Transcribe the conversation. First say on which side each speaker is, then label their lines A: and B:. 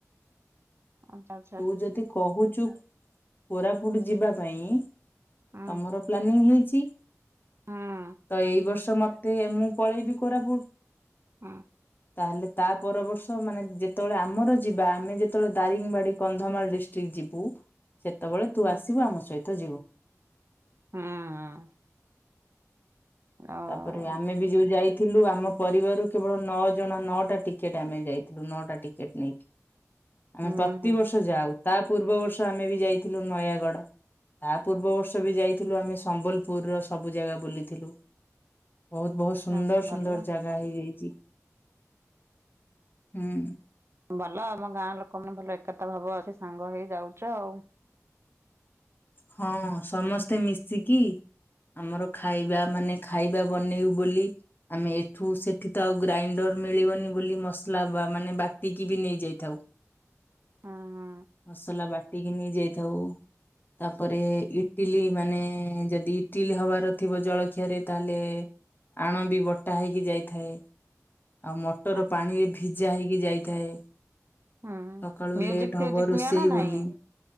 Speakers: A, on the right; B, on the left.
A: ଆଚ୍ଛା ଆଚ୍ଛା
B: ତୁ ଯଦି କହୁଛୁ କୋରାପୁଟ ଯିବା ପାଇଁ
A: ହୁଁ
B: ତମର ପ୍ଲାନିଂ ହେଇଛି ତ
A: ହୁଁ
B: ଏଇ ବର୍ଷ ମତେ ମୁଁ ପଳେଇବି କୋରାପୁଟ।
A: ହଁ।
B: ତାହେଲେ ତା ପର ବର୍ଷ ମାନେ ଯେତେବେଳେ ଆମର ଯିବା ଆମେ ଯେତେବେଳେ ଦାରିଙ୍ଗ ବାଡି କନ୍ଧମାଳ ଡିଷ୍ଟ୍ରିକ୍ଟ ଯିବୁ ସେତେବେଳେ ତୁ
A: ହୁଁ
B: ଆସିବୁ ଆମ ସହିତ ଯିବୁ?
A: ହଁ। ଆଉ
B: ତାପରେ ଆମେ ବି ଯୋଉ ଯାଇ ଥିଲୁ ଆମ ପରିବାରରୁ କେବଳ ନଅ ଜଣ ନଅଟା ଟିକେଟ ଆମେ ଯାଇଥିଲୁ ନଅଟା ଟିକେଟ ନେଇ। ଆମେ
A: ହୁଁ
B: ପ୍ରତିବର୍ଷ ଯାଉ ତା ପୂର୍ବ ବର୍ଷ ଆମେ ବି ଯାଇଥିଲୁ ନୟାଗଡ। ତା ପୂର୍ବ ବର୍ଷ ବି ଯାଇଥିଲୁ ଆମେ ସମ୍ବଲପୁରର ସବୁ ଜାଗା ବୁଲିଥିଲୁ। ବହୁତ ବହୁତ ସୁନ୍ଦର
A: ନା ଭଲ
B: ସୁନ୍ଦର ଜାଗା ହେଇଯାଇଛି ହୁଁ।
A: ଭଲ ଆମ ଗାଁ ଲୋକ ମାନେ ଭଲ ଏକତା ଭାବ ଅଛି ସାଙ୍ଗ ହେଇ ଯାଉଛ ଆଉ।
B: ହଁ ସମସ୍ତେ ମିଶିକି। ଆମର ଖାଇବା ମାନେ ଖାଇବା ବନେଇବୁ ବୋଲି ଆମେ ଏଠୁ ସେଠି ତ ଆଉ ଗ୍ରାଇଣ୍ଡର ମିଳିବନି ବୋଲି ମସଲା ବା ମାନେ ବାଟିକିବି ନେଇଯାଇଥାଉ।
A: ହୁଁ
B: ମସଲା ବାଟିକି ନେଇ ଯାଇଥାଉ। ତାପରେ ଇଟିଲି ମାନେ ଯଦି ଇଟିଲି ହବାର ଥିବ ଜଳଖିଆରେ ତାହେଲେ ଆଣ ବି ବଟା ହେଇକି ଯାଇଥାଏ। ଆଉ ମଟର
A: ହୁଁ।
B: ପାଣିରେ ଭିଜା ହେଇକି ଯାଇଥାଏ।
A: ହୁଁ
B: ସକାଳୁ
A: ମ୍ୟୁଜିକ
B: ଲେଟ୍ ହବ
A: ଫ୍ୟୁଜିକ
B: ରୋଷେଇ
A: ନିଅ ନା ନାଇଁ
B: ବୋଲି